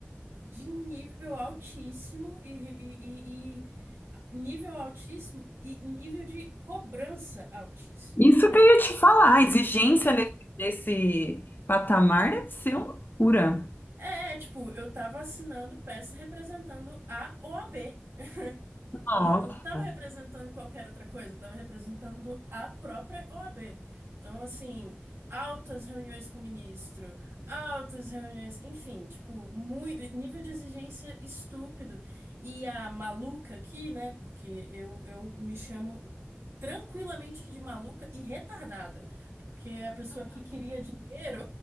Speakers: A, on the right (about 65°); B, on the left (about 45°).
A: de nível altíssimo e, e, e- e- nível altíssimo e nível de cobrança altíssimo,
B: Isso
A: né?
B: que eu ia te falar, a exigência nesse, nesse patamar deve ser uma loucura.
A: É, tipo, eu tava assinando peça representando a OAB. <laughs>
B: Nossa.
A: Eu não tava representando qualquer outra coisa, eu tava representando a própria OAB. Então, assim, altas reuniões com o ministro, altas reuniões, enfim, tipo, muito, nível de exigência estúpido. E a maluca aqui, né, porque eu, eu me chamo tranquilamente de maluca e retardada, porque a pessoa que queria dinheiro